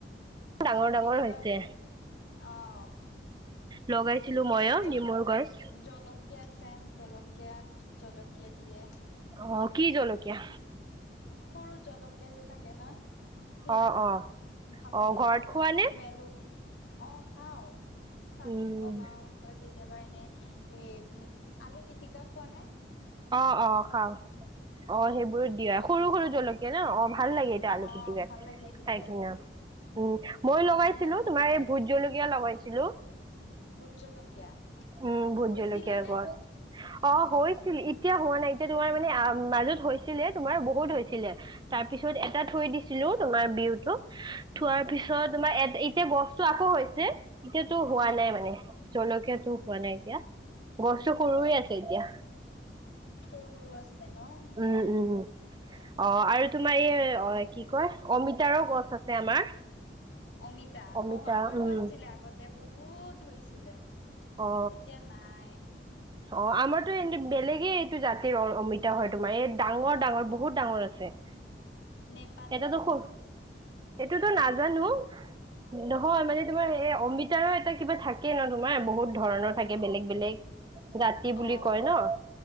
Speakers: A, on the right; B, on the left.
A: ডাঙৰ
B: সেইকেইটা
A: ডাঙৰ হৈছে
B: অ'।
A: লগাইছিলো মইও
B: এ, জলক
A: নেমুৰ গছ
B: জলক কীয়া আছে, জলকীয়া, জলকীয়া দিয়ে।
A: অ' কি জলকীয়া?
B: সৰু জলকীয়া যে থাকে না। সেইবোৰ,
A: অ অ
B: ভাল
A: অ
B: লাগে
A: ঘৰত
B: সেইকেইটা,
A: খোৱা নে
B: স্মেলো অ' খাওঁ। চাটনি
A: উম
B: বনাওঁ বা কেতিয়াবা এনে এই উ, আলু পিটিকা খোৱানে?
A: অ', অ' খাওঁ। অ' সেইবোৰ দিয়া সৰু সৰু জলকীয়া ন' অ' ভাল লাগে। আলু
B: অ
A: পিটিকাত
B: ভাল লাগে সেইকেইটা
A: চাই কিনা। উম, মই লগাইছিলোঁ
B: স্মেল
A: তোমাৰ এই ভোট জলকীয়া লগাইছিলোঁ।
B: ভুট জলকীয়া।
A: উম, ভুট
B: হৈছিলে
A: জলকীয়াৰ
B: নে
A: গছ। অ' হৈছিল, এতিয়া হোৱা নাই, এতিয়া তোমাৰ মানে মাজত হৈছিলে তোমাৰ বহুত হৈছিলে। তাৰপিছত এটা থৈ দিছিলোঁ তোমাৰ বিহুটো। থোৱাৰ পিছত তোমাৰ এত-এতিয়া গছতটো আকৌ হৈছে। এতিয়াতো হোৱা
B: উম
A: নাই মানে, জলকীয়াাতটো হোৱা নাই এতিয়া। গছটো সৰু
B: অ
A: হৈ আছে এতিয়া।
B: সৰু সৰু আছে ন'
A: উম
B: সেইকাৰণে।
A: উম অ' আৰু তোমাৰ এই অ' কি কয় অমিতাৰো গছ আছে আমাৰ।
B: অমিতা
A: অমিতা
B: অ' আমাৰো
A: উম
B: আছিলে আগতে বহুত হৈছিলে।
A: অ
B: এতিয়া নাই।
A: অ' আমাৰতো এইটো বেলেগে এইটো জাতিৰ অমিতা হয়, তোমাৰ এই ডাঙৰ ডাঙৰ বহুত ডাঙৰ আছে। <inaudible>
B: নেপালী
A: এটাতো
B: নেকি?
A: সৰু এইটোতো নাজানো। নহয় মানে তোমাৰ এই অমিতাৰো এটা কিবা থাকে ন' তোমাৰ বহুত ধৰণৰ থা বেলেগ বেলেগ। জাতি বুলি
B: অ
A: কয় ন'